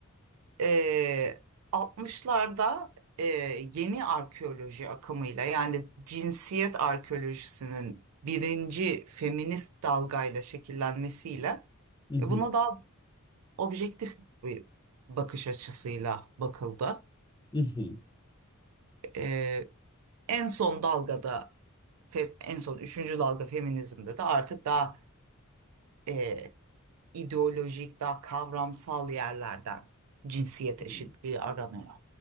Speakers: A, on the right; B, on the left.
A: E, 60'larda e, yeni arkeoloji akımıyla yani cinsiyet arkeolojisinin birinci feminist dalgayla şekillenmesiyle
B: mhm,
A: e, buna daha objektif bir bakış açısıyla bakıldı.
B: mhm,
A: Ee, en son dalgada, fe- en son üçüncü dalga feminizmde de artık daha e, ideolojik, daha kavramsal yerlerden cinsiyet eşitliği
B: hı.
A: aranıyor.